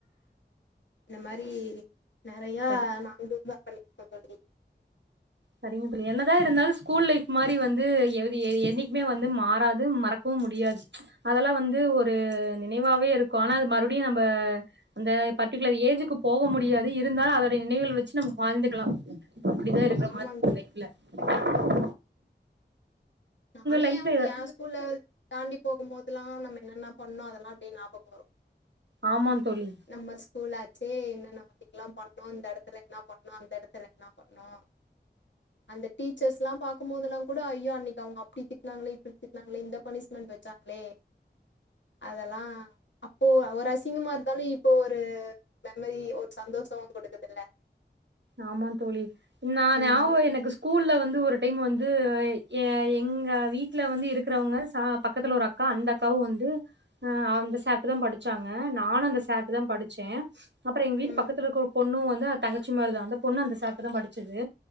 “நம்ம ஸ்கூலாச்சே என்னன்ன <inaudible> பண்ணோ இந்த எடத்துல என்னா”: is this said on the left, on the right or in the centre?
Left